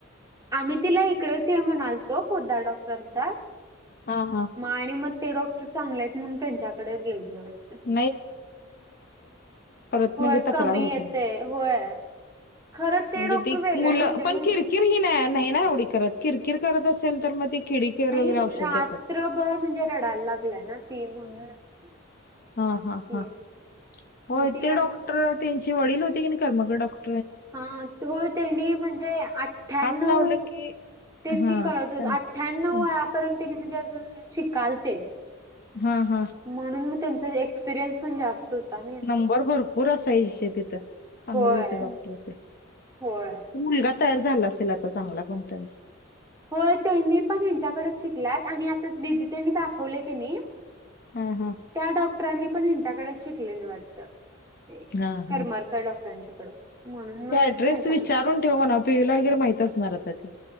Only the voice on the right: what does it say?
आम्ही तिला इकडच ये म्हणालतो पोदार डॉक्टरांच्या
आणि मग ते डॉक्टर चांगले आहेत म्हणून त्यांच्याकडे गेलेले वाटत.
होय
कमी
येतय
होय खरं ते
डॉक्टर
वेगळे
होते
नाही.
नाही
रात्रभर
म्हणजे रडायला लागलाय ना ते म्हणूनच
की
मग तिला
हा त त्यांनी म्हणजे अठ्ठ्याण्णव
तेच
की कळत होत
अठ्ठ्याण्णव
वयापर्यंत नम ते अजून शिकालतेच
म्हणून मी त्यांचा एक्सपिरियन्स पण जास्त नाही
होय
होय
हो त्यांनी पण ह्यांच्याकडेच शिकलात आणि आता दिदी त्यांनी दाखवले त्यांनी
त्या डॉक्टरांनी पण ह्यांच्याकडेच शिकलेलं वाटतं
करमरकर
डॉक्टरांच्याकडं म्हणून मग
त्यांच्याकडे